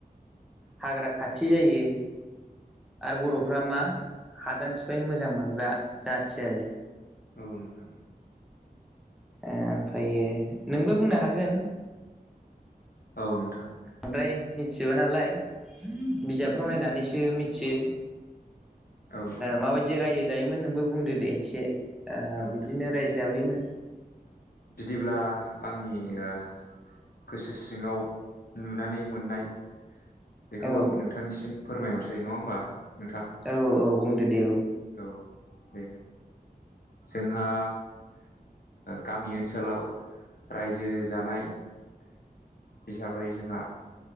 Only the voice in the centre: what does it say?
हाग्रा खाथि जायो। आरो बर'फ्रा मा हादान सिफायनो मोजां मोनग्रा जाथि आरो
ओमफ्रायायो नोंबो बुंनो हागोन।
बांद्राय मिथिजोबा नालाय बिजाबफ्राव नायनानैसो मिथियो।
माबायदि रायजो जायोमोन नोंबो बुंदो दे एसे। ओ
बिदिनो रायजाबैमोन।
औ
औ औ बुंदो दे औ